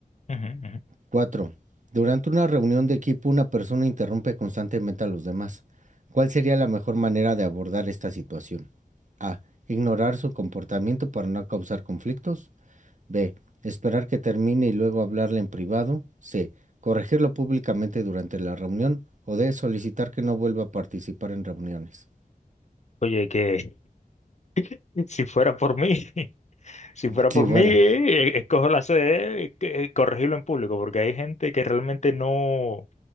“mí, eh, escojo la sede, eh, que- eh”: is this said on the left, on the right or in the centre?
Left